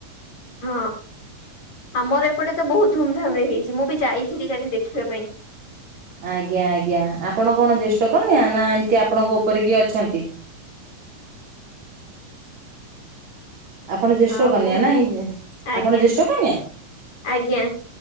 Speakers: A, on the left; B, on the right.
A: ହଁ। ଆମର ଏପଟେ ତ ବହୁତ ଧୁମଧାମରେ ହେଇଛି। ମୁଁ ବି ଯାଇଥିଲି କାଲି ଦେଖିବା ପାଇଁ।
B: ଆଜ୍ଞା ଆଜ୍ଞା ଆପଣ କଣ ଜୈଷ୍ଠ କନ୍ୟା ନା ଏମିତି ଆପଣଙ୍କ ଉପରେ କିଏ ଅଛନ୍ତି? ଆପଣ ଜ୍ୟେଷ୍ଠ
A: ଆଉ
B: କନ୍ୟା
A: କୁହନ୍ତୁ
B: ନାଇଁକି?
A: ଆଜ୍ଞା
B: ଆପଣ ଜ୍ୟେଷ୍ଠ କନ୍ୟା?
A: ଆଜ୍ଞା